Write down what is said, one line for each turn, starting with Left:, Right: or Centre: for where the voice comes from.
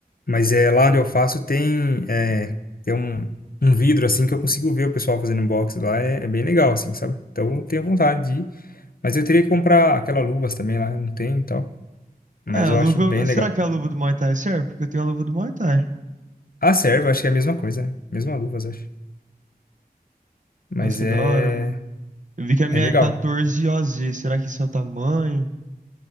Left: Mas é lá onde eu faço tem é, tem um um vidro assim que eu consigo ver o pessoal fazendo boxe lá, é, é bem legal assim, sabe? Então eu tenho vontade de ir. Mas eu teria que comprar aquelas luvas também lá, eu não tenho e tal. Mas
Right: Ah,
Left: eu
Right: a luva.
Left: acho bem legal.
Right: Será que a luva do Muay Thai serve? Porque eu tenho a luva do Muay Thai.
Left: A serva, acho que é a mesma coisa, né? Mesma luvas, acho. Mas
Right: Nossa,
Left: é...
Right: é da hora, mano. Eu vi que a minha
Left: é legal.
Right: é 14 OZ. Será que isso é o tamanho?